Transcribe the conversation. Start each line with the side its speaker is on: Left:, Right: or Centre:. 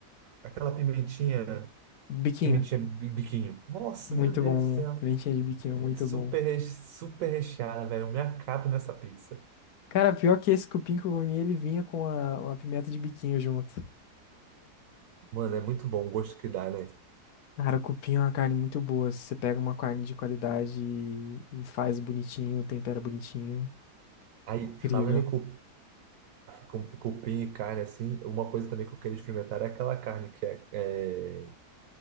Right: aquela pimentinha,
Left: Biquinho.
Right: pimentinha bi- biquinho. Nossa,
Left: Muito
Right: meu Deus
Left: bom.
Right: do céu.
Left: Pimentinha de biquinho, muito
Right: É Super,
Left: bom.
Right: re- super recheada, velho. Eu me acabo nessa pizza.
Left: Cara, pior que esse cupim que eu comi, ele vinha com a, uma pimenta de biquinho junto.
Right: Mano, é muito bom o gosto que dá, né?
Left: Cara, cupim é uma carne muito boa. Se você pega uma carne de qualidade e, e faz bonitinho, tempera bonitinho,
Right: Aí, falando
Left: incrível.
Right: em cu- com cupim e carne, assim, uma coisa também que eu queria experimentar é aquela carne que é, é